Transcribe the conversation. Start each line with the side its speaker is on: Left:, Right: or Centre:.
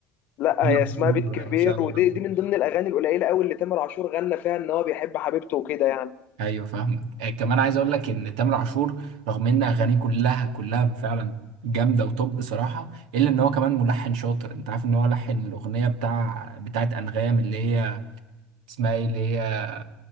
Left: لا
Right: تامر
Left: هي اسمها
Right: عاشور
Left: بيت كبير
Right: ما شاء الله
Left: ودي
Right: عليه
Left: دي من ضمن الاغاني القليله قوي اللي تامر عاشور غنى فيها ان هو بيحب حبيبته وكده يعني
Right: ايوه فاهمك آه، كمان عايز اقول لك ان تامر عاشور رغم ان اغانيه كلها كلها فعلا جامده وطب بصراحه الا ان هو كمان ملحن شاطر انت عارف ان هو لحن الاغنيه بتاع بتاعت انغام اللي هي اسمها ايه اللي هي